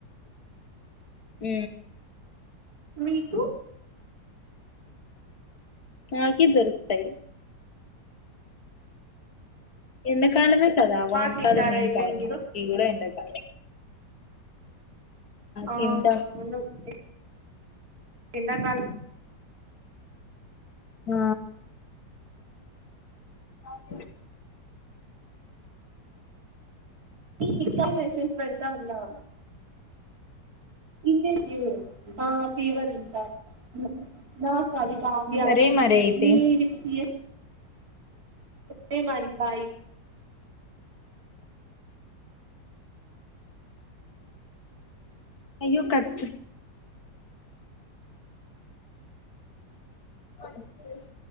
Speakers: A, on the left; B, on the right.
A: ఉ
B: మీకు
A: నాకి దొరుకుతాయి ఎండ కాలమే కదా
B: బాగా
A: వాన
B: తింటార
A: కాలం ఏం
B: అయితే
A: కాదు
B: మీరు
A: గీ కూడా ఎండ కాలమే
B: ఆ
A: తింటాం
B: అవును అప్ ఏ ఎండ కాల
A: ఆ అవుతుంది
B: పీ నిక్కలు మెసేజ్ పెడ్తా ఉన్నా ఇన్నె ఫివ్ ఆ ఫీవర్ ఇంకా అంట నాకు చాలి చాలి
A: సరే
B: అప్పిసియే
A: మరి అయితే
B: వే మరి బాయ్
A: అయ్యొ కట్కు కాన్ఫిరెన్స్